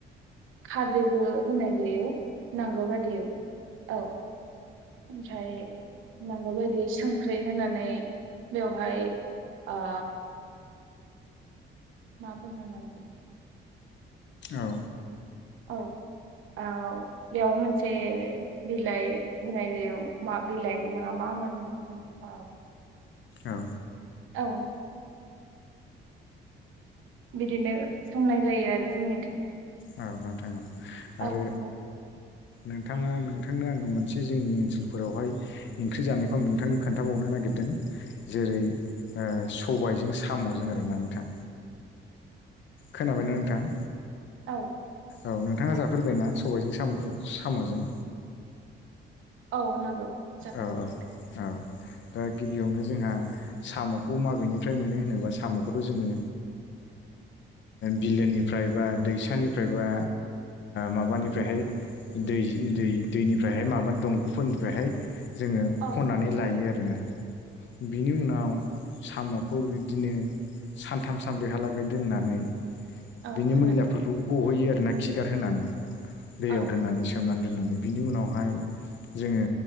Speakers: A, on the right (about 85°); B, on the left (about 70°).
A: खारदैबो होनाय जायो। नांगौ बाददियै। औ। ओमफ्राय नांगौ बायदि संख्रै होनानै बेवहाय ओ मा बुंनो नांगौ
B: औ।
A: औ। औ बेयाव मोनसे बिलाइ होनाय जायो मा बिलाइ मोन मा मोन। <unintelligible>
B: औ।
A: औ। बिदिनो संनाय जायो आरो जोंनिथिं।
B: औ नोंथां औ, आरो
A: औ नंगौ
B: नोंथाङा नोंथांनो आङो मोनसे जोंनि ओनसोलफोरावहाय ओंख्रि जानायखौ आं नोंथांनो खोन्थाबावनो नागिरदों। जेरै सबायजों साम'जों आरोना नोंथां।
A: <inaudible>
B: खोनाबायना नोंथां?
A: औ
B: औ नोंथाङा जाफेरबायनाा सबायजों साम' साम'जों?
A: औ नंगौ। जाफेरबाय
B: औ औ
A: नोंथां
B: औ दा गिबियावनो जोंहा साम'खौ माबेनिफ्राय मोनो होनोबा साम'खौथ' जोङो बिलोनिफ्राय बा दैसानिफ्राय बा माबानिफ्रायहाय दै दैनिफ्रायहाय माबानि दंग'फोरनिफ्रायहाय जोङो
A: औ
B: खन्नानै लायो आरोना बिनि उनाव साम'खौ बिदिनो। सानथाम सान बेहालागै दोननानै
A: औ
B: बिनि
A: नंगौ
B: मैलाफोरखौ
A: नोंथां
B: गहैयो आरोना खिगार होनानै दैयाव
A: औ
B: दोननानै सोमनानै दोननानै बिनि उनावहाय जोङो